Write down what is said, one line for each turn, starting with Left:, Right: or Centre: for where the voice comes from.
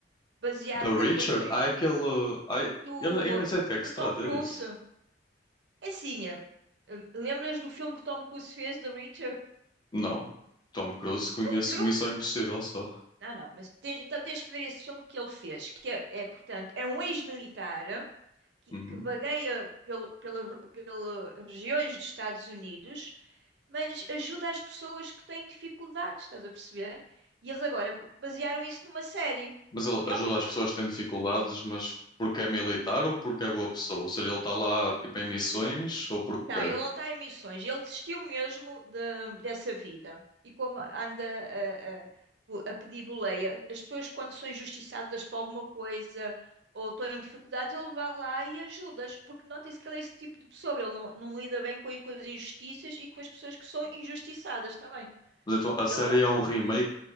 Right: baseado
Left: The Reacher?
Right: naquele filme
Left: Há aquele. Há...
Right: do,
Left: Eu, não, eu nem sei de que é que
Right: do
Left: se
Right: Tom
Left: trata,
Right: Cruise.
Left: é isso?
Right: É Assim, eh, lembras do filme que Tom Cruise fez, The Witcher?
Left: Não. Tom Cruise conheço
Right: Nunca.
Left: Missão Impossível só.
Right: Não, não, mas tens- então tens que ver esse filme que ele fez, que é, é, portanto, é um ex-militar que,
Left: Uhum.
Right: que vagueia pelo, pela, pela regiões dos Estados Unidos, mas ajuda as pessoas que têm dificuldades, estás a perceber? E eles agora basearam isso numa série.
Left: Mas ele
Right: E
Left: ajuda as pessoas que têm dificuldades, mas porque é militar ou porque é boa pessoa? Ou seja, ele está lá tipo em missões ou porque
Right: Não,
Left: quer.
Right: ele não está em missões. Ele desistiu mesmo de- dessa vida. E como anda a, a- o- a pedir boleia, as pessoas quando são injustiçadas por alguma coisa ou estão em dificuldades, ele vai lá e ajuda-as, porque nota-se que ele é esse tipo de pessoa. Ele não, não lida bem com, com as injustiças e com as pessoas que são injustiçadas também.
Left: Mas então a
Right: E
Left: série
Right: ele vai lá.
Left: é um remake